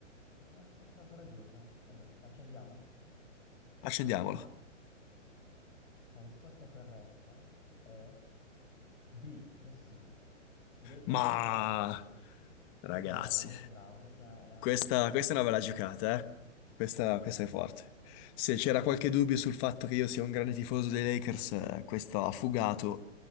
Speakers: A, on the left; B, on the left.
A: Una risposta coraggiosa. Va bene, la accendiamo.
B: Accendiamolo.
A: La risposta corretta è di nessuno. I Lakers
B: Ma
A: tennero la scelta. Molto
B: ragazzi,
A: bravo, molto bravo. Questa è una
B: questa,
A: domanda difficile,
B: questa è una bella
A: devo
B: giocata,
A: dire.
B: eh? Questa,
A: Sì, sì.
B: questa è forte. Se c'era qualche dubbio sul fatto che io sia un grande tifoso dei Lakers, eh, questo ha fugato